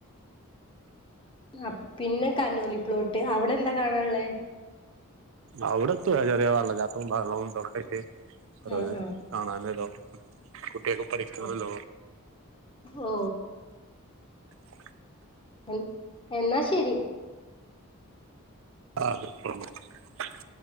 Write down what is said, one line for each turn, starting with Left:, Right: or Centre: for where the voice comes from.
Left: ആ പിന്നെ കനോലിപ്ലോട്ട് അവിടെന്താ കാണാള്ളേ
Right: അവിടെത്തു ചെറിയ വെള്ളച്ചാട്ടും ബേറേള്ളതും തൊക്കയ്ട്ട് <unintelligible> <unintelligible>
Left: ആഹ് ആഹ്
Right: ട്ട <unintelligible> പഠിക്ക്ണത്
Left: ഓ ഓ
Right: <unintelligible>
Left: <unintelligible> എന്നാ ശരി
Right: <inaudible>